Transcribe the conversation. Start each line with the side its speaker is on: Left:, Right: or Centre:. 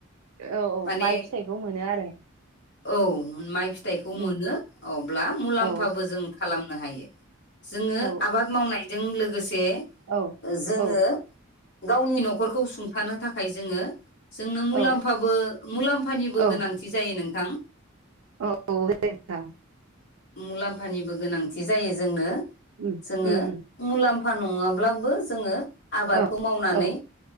Right: औ औ
Left: माने
Right: माइ फिथाइखौ मोनो आरो
Left: औ माइ फिथाइखौ
Right: उम
Left: मोनो अब्ला मुलाम्फाबो
Right: औ
Left: जों खालामनो हायो जोङो
Right: औ
Left: आबाद मावनायजों लो जोङो
Right: औ औ
Left: गावनि न'खरखौ सुंथानो थाखाय जोङो जोंनो मुलामफाबो
Right: औ
Left: मुलाम्फानिबो
Right: औ
Left: गोनांथि
Right: औ
Left: जायो नोंथां
Right: औ <unintelligible>
Left: मुलाम्फानिबो गोनांथि जायो जोंनो
Right: उम
Left: जोङो
Right: उम
Left: मुलामफ फा नङाब्लाबो जोङो आबादखौ
Right: औ
Left: मावनानै
Right: औ